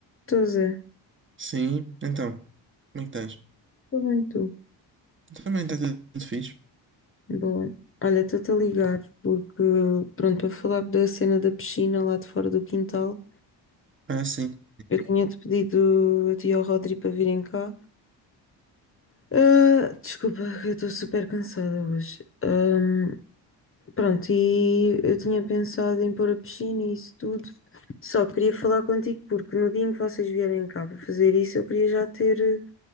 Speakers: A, on the left; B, on the right.
A: Estou, Zé.
B: Sim, então, como é que estás?
A: Estou bem, tu.
B: Também está tudo, tudo fixe.
A: Boa. Olha, estou-te a ligar porque, pronto, para falar da cena da piscina lá de fora do quintal,
B: Ah, sim.
A: eu tinha-te pedido a ti e ao Rodri para virem cá. Ah, desculpa, eu estou super cansada hoje. Ahm, pronto, e eu tinha pensado em pôr a piscina e isso tudo. Só queria falar contigo porque no dia em que vocês vierem cá para fazer isso, eu queria já ter, eh,